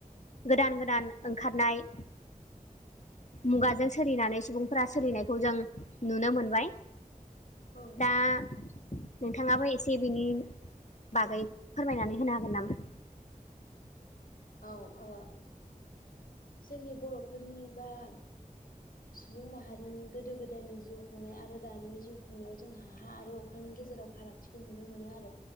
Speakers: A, on the left (about 55°); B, on the left (about 85°).
A: गोदान गोदान ओंखारनाय मुगाजों सोलिनानै सुबुंफोरा सोलिनायखौ जों नुनो मोनबाय
B: औ
A: दा नोंथाङाबो एसे बिनि बागै फोरमायनानै होनो हागोन नामा?
B: औ ओ जोंनि बर'फोरनि बा सुबुं माहारिनि गोदो गोदायनि जिउ खुंनाय आरो दानि जिउ खुंनायाव जोंहा हा आरो अख्रांनि गेजेराव फारागथिखौ नुनो मोनो आरो।